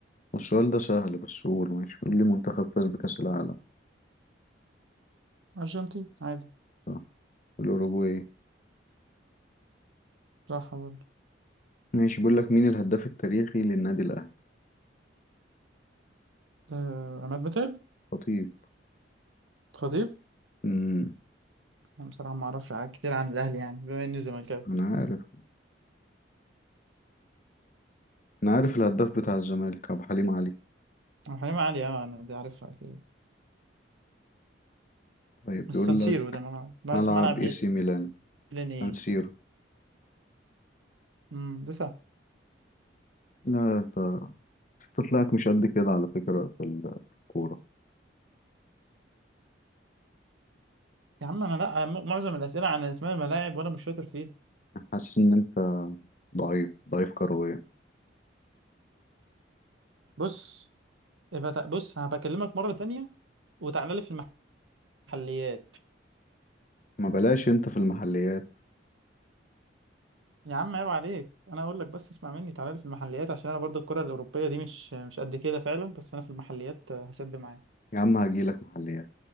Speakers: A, on the left; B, on the right.
A: والسؤال ده سهل بس قوله ماشي قول لي منتخب فاز بكأس العالم
B: أرجنتين عادي
A: صح الأوروجواي
B: راحة برضو
A: ماشي بيقول لك مين الهداف التاريخي للنادي الأهلي
B: ده عماد متعب
A: خطيب
B: خطيب
A: امم
B: انا بصراحه ما اعرفش حاجات كتير عن الاهلي يعني بما اني زملكاوي
A: أنا عارف انا عارف الهداف بتاع الزمالك ابو حليم علي
B: أو حليم علي اه انا دي عارفها اكيد
A: طيب
B: السان
A: بيقول لك
B: سيرو ده ملعب بس
A: ملعب
B: ملعب
A: اي سي ميلان
B: ميلان
A: سان
B: ايه
A: سيرو
B: امم لسه
A: لا انت انت طلعت مش قد كده على فكرة في ال- في الكورة
B: يا عم انا لا م- معظم الاسئله عن اسماء الملاعب وانا مش شاطر فيها
A: حاسس ان انت ضعيف ضعيف كرويا
B: بص يبقى تع- بص هبكلمك مره تانية وتعالى لي في المحليات
A: ما بلاش انت في المحليات
B: يا عم عيب عليك انا هقول لك بس اسمع مني تعالى لي في المحليات عشان انا برضه الكره الاوروبيه دي مش مش قد كده فعلا بس انا في المحليات آه، هسد معاك
A: يا عم هجيلك محليات